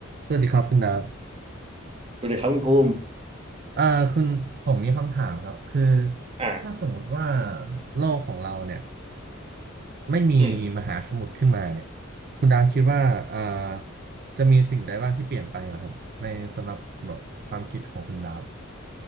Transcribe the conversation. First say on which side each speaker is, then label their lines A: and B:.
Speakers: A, on the right (about 50°); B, on the right (about 30°).
A: สวัสดีครับคุณดาบ
B: ดูดีครับคุณภูมิ
A: เอ่อคุณผมมีคำถามครับคือ
B: อ่า
A: ถ้าสมมติว่าโลกของเราเนี่ยไม่มีมหาสมุทรขึ้นมาเนี่ย
B: อืม
A: คุณดาบคิดว่าเอ่อจะมีสิ่งใดบ้างที่เปลี่ยนไปเหรอครับในสำหรับแบบความคิดของคุณดาบ